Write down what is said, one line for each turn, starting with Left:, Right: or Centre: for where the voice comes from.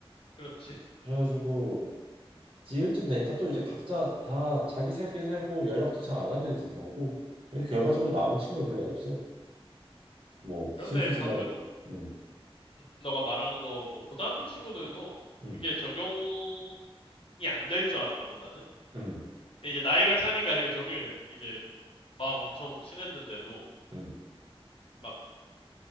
Left: 그렇지.
Right: 그래가지고 지금쯤 되니까 또 이제 각자 다 자기 살길 살고 연락도 잘 안 하게 되더라고. 그래서 결과적으로 남은 친구가 별로 없어. 뭐
Left: 그런데
Right: 슬프지만,
Left: 방금
Right: 음,
Left: 너가 말한 거, 뭐, 고등학교 친구들도
Right: 음,
Left: 그게 적용이 안 될 줄 알았거든, 나는.
Right: 음,
Left: 근데 이제 나이가 차니까 그게 적용이 되는. 이제 막 엄청 친했는데도,
Right: 음,
Left: 막,